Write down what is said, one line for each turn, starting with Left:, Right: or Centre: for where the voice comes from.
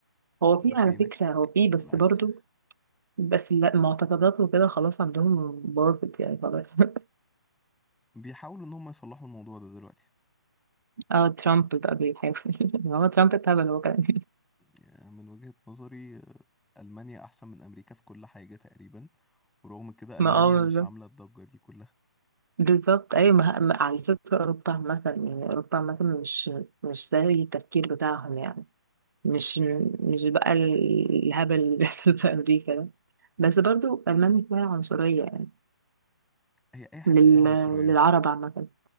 Right: هو
Centre: وفينك
Right: في على فكره هو في بس
Centre: العكس
Right: برضو بس لا معتقدات وكده خلاص عندهم باظت يعني خلاص <laughs>
Centre: بيحاولوا ان هم يصلحوا الموضوع ده دلوقتي
Right: اه ترامب بقى بيحاول <laughs> ما هو ترامب اتهبل هو كمان
Centre: يعني من وجهة نظري آه، ألمانيا أحسن من أمريكا في كل حاجة تقريبا ورغم كده
Right: <laughs>
Centre: ألمانيا
Right: ما اه بالظبط
Centre: مش عاملة الضجة دي كلها
Right: بالظبط ايوه ما ما- على فكره اوروبا مثلا يعني اوروبا مثلا مش مش ده التفكير بتاعهم يعني مش مش بقى ال- الهبل اللي بيحصل في أمريكا ده بس برضو ألمانيا فيها عنصرية يعني
Centre: هي أي حتة
Right: لل...
Centre: فيها عنصرية
Right: للعرب عامة